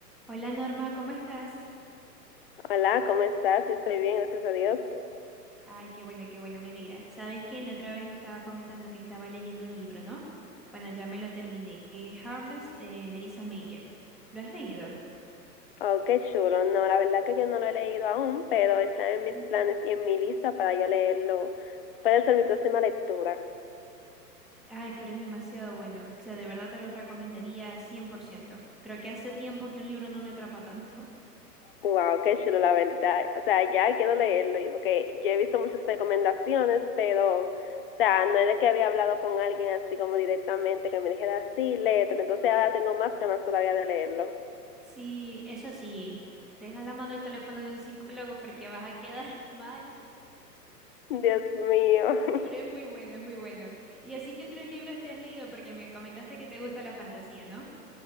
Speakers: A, in the centre; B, on the left.
A: Hola Norma, ¿cómo estás?
B: Hola, ¿cómo estás? Yo estoy bien, gracias a Dios.
A: Ay, qué bueno, qué bueno, me alegra. Sabes que la otra vez estaba comentando que estaba leyendo un libro, ¿no? Bueno, ya me lo terminé, que es Heartless de Marissa Mayer. ¿Lo has leído?
B: Oh, qué chulo. No, la verdad que yo no lo he leído aún, pero está en mis
A: Mm.
B: planes y en mi lista para yo leerlo. Puede ser mi próxima lectura.
A: Ay, pero es demasiado bueno. O sea, de verdad te lo recomendaría 100%. Creo que hace tiempo que un libro no me atrapa tanto. <laughs>
B: Wow, qué chulo, la verdad. O sea, ya quiero leerlo, y- porque yo he visto muchas recomendaciones, pero, o sea, no era que había hablado con alguien así como directamente que me dijera, sí, léetelo. Entonces ahora tengo más ganas todavía de leerlo.
A: Sí, eso sí, tenga a la mano el teléfono de un psicólogo porque vas a quedar <laughs> mal.
B: Dios mío. <laughs>
A: Pero es muy bueno, es muy bueno. ¿Y así que otros libros te has leído? Porque me comentaste que te gusta la fantasía, ¿no?